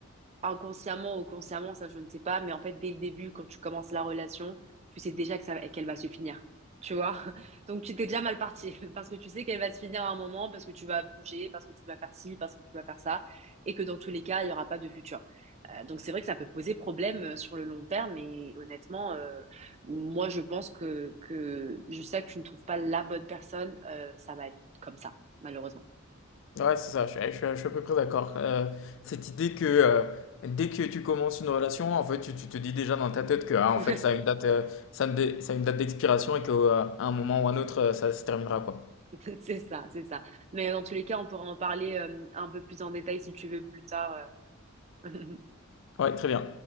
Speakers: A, on the right (about 30°); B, on the left (about 65°).
A: inconsciemment ou consciemment, ça je ne sais pas, mais en fait dès le début, quand tu commences la relation, tu sais déjà que ça, qu'elle va se finir, tu vois. <laughs> Donc tu t'es déjà mal parti <laughs> parce que tu sais qu'elle va se finir à un moment, parce que tu vas bouger, parce que tu vas faire ci, parce que tu vas faire ça, et que dans tous les cas, il n'y aura pas de futur. Euh, donc c'est vrai que ça peut poser problème euh, sur le long terme, mais honnêtement, euh, moi je pense que, que jusqu'à que tu ne trouves pas la bonne personne, euh, ça va être comme ça, malheureusement.
B: Ouais, c'est ça, je suis, je suis- je suis à peu près d'accord. Euh, cette idée que euh, dès que tu commences une relation, en fait, tu, tu te dis déjà dans ta tête que ah, en
A: <laughs>
B: fait, ça a une date, euh, ça a une dé- ça a une date d'expiration et qu'à un moment ou un autre, euh, ça se terminera, quoi.
A: <laughs> C'est ça, c'est ça. Mais dans tous les cas, on pourra en parler euh, un peu plus en détail si tu veux plus tard. euh. <laughs>
B: Ouais, très bien.